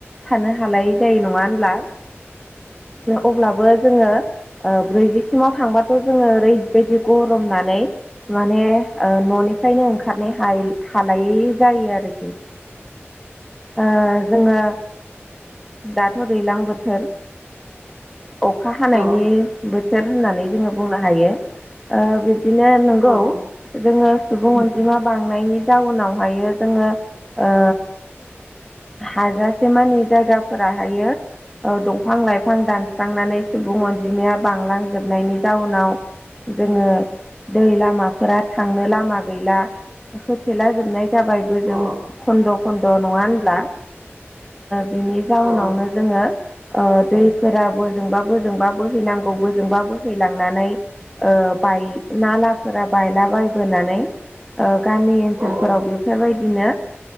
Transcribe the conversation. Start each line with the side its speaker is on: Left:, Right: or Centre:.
Centre: थानो हालाय जायो नङा होनब्ला अब्लाबो जोङो ब्रैजिसिमाव थांबाथ जोङो ओरैबायदि गरमनानै माने न'निफ्रायनो ओंखारनाय हालायै जायो आरोखि ओ जोङो दाथ दैज्लां बोथोर अखा हानायनि
Right: औ
Centre: बोथोर होननानै जोङो बुंनो हायो बिब्दिनो नंगौ
Right: औ
Centre: जोङो सुबुं अनजिमा बांनायनि जाउनावहायो जोङो ओ हाजासे मानि जायगाफोराहायो दंफां लाइफां दानस्रांनानै सुबुं अनजिमाया बांलांजोबनायनि जाउनाव जोङो दै लामाफोरा थांनो लामा गैला होथेला जोबनाय जाबाय जों
Right: औ
Centre: खन्द खन्द नङा होनब्ला बिनि जाउनावनो
Right: औ
Centre: जोङो दैफोरा बोजोंबा बोजोंबा बोहैनांगौ बोजोंबा बोहैलांनानै बाय नालाफोरा बायलाबायबोनानै ओ गामि ओनसोलफोराव
Right: औ
Centre: बेफोरबायदिनो